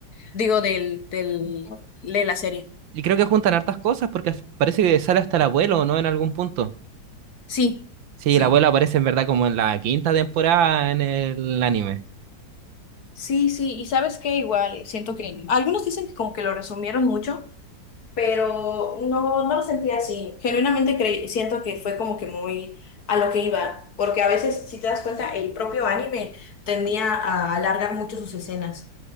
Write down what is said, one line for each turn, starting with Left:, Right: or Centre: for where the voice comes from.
Left: digo, del, del, de la serie.
Right: y creo que juntan hartas cosas porque as- parece que sale hasta el abuelo, ¿no? En algún punto.
Left: Sí,
Right: Sí,
Left: sí.
Right: el abuelo aparece en verdad como en la quinta temporada en el anime.
Left: Sí, sí, y sabes qué, igual, siento que algunos dicen que como que lo resumieron mucho, pero no, no lo sentía así. Genuinamente creí- siento que fue como que muy a lo que iba, porque a veces, si te das cuenta, el propio anime tendía a alargar mucho sus escenas.